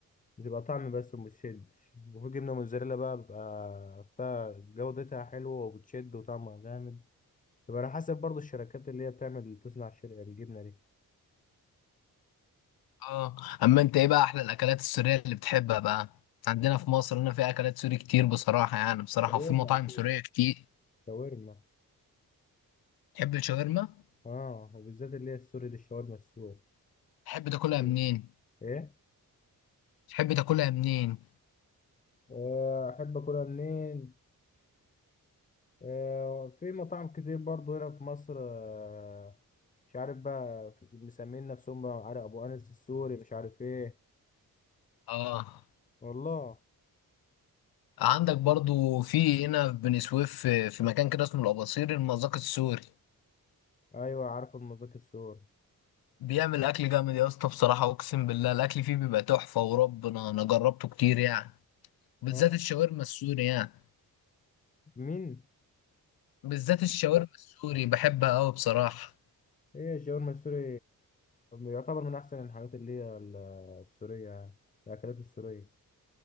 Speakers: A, on the left (about 20°); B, on the left (about 75°).
A: بتبقى طعم بس ومش شد وفي جبنة موزاريلا بقى بيبقى فيها جودتها حلوة وبتشد وطعمها جامد يبقى على حسب برضه الشركات اللي هي بتعمل تصنع الشر- الجبنة دي
B: اه اما انت ايه بقى احلى الاكلات السوريه اللي بتحبها بقى عندنا في مصر هنا في اكلات سوري كتير بصراحه يعني بصراحه
A: شاورما
B: وفي مطاعم
A: أكيد
B: سوريه كتير
A: شاورما
B: تحب الشاورما
A: اه وبالذات اللي هي السوري للشاورما السوري
B: تحب تاكلها
A: مم.
B: منين
A: ايه
B: تحب تاكلها منين
A: آه، احب اكلها منين آه، في مطاعم كتير برضو هنا في مصر آه، مش عارف بقى في- مسمين نفسهم بقى عارف ابو انس السوري مش عارف ايه
B: اه
A: والله
B: عندك برضو في هنا في بني سويف في في مكان كده اسمه الأباصيري المذاق السوري
A: ايوه عارف المذاق السوري
B: بيعمل أكل جامد يا اسطى بصراحة أقسم بالله الأكل فيه بيبقى تحفة وربنا أنا جربته كتير يعني بالذات
A: آه.
B: الشاورما السوري يعني
A: مين؟
B: بالذات الشاورما السوري بحبها أوي بصراحة
A: هي الشاورما السوري يعتبر من أحسن الحاجات اللي هي ال- السورية الأكلات السورية